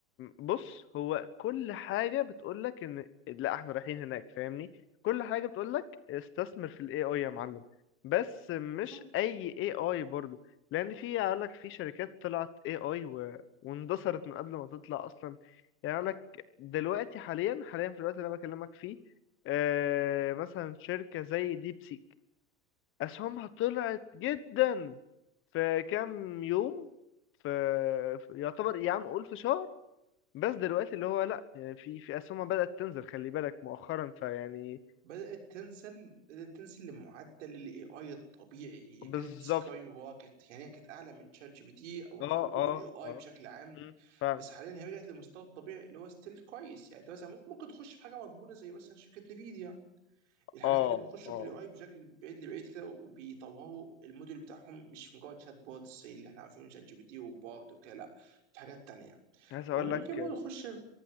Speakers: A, on the left; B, on the right.
A: بص هو كل حاجه بتقول لك ان لا احنا رايحين هناك فاهمني كل حاجه بتقول لك استثمر في الاي اي يا معلم بس مش
B: بالظبط
A: اي اي اي برضو لان في قال لك في شركات طلعت اي اي و... واندثرت من قبل ما تطلع اصلا يعني قال لك دلوقتي حاليا حاليا في الوقت اللي انا بكلمك فيه آه مثلا شركه زي ديب سيك أسهمها طلعت جدا في كام يوم في في- يعتبر يا عم قول في شهر بس دلوقتي اللي هو لأ يعني في في أسهمها بدأت تنزل خلي بالك مؤخرا فيعني
B: بدأت تنزل بدأت تنزل لمعدل الاي اي الطبيعي
A: بالظبط
B: هي كانت سكاي روكت يعني هي كانت اعلى من شات جي بي تي او او
A: اه اه
B: اوبن اي اي
A: اه
B: بشكل عام
A: مم، فعلا
B: بس حاليا هي رجعت للمستوى الطبيعي اللي هو ستيل كويس يعني انت مثلا ممكن ممكن تخش في حاجه مضمونه زي مثلا شركه نفيديا الحاجات
A: اه
B: اللي بيخشوا
A: اه
B: في الاي اي بشكل بعيد لبعيد كده وبيطوروا الموديل بتاعهم مش مجرد شات بوتس زي اللي احنا عارفينه شات جي بي تي وبارد وكده لا في حاجات تانيه
A: عايز اقول
B: وممكن
A: لك
B: برضه تخش في